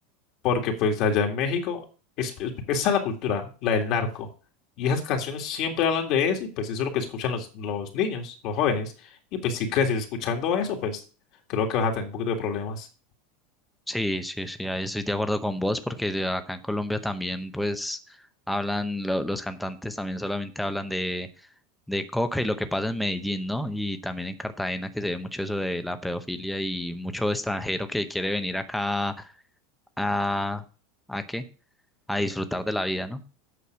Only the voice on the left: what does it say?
porque pues allá en México es, es- esa es la cultura, la del narco. Y esas canciones siempre hablan de eso y pues eso es lo que escuchan los, los niños, los jóvenes. Y pues si creces escuchando eso, pues creo que vas a tener un poquito de problemas.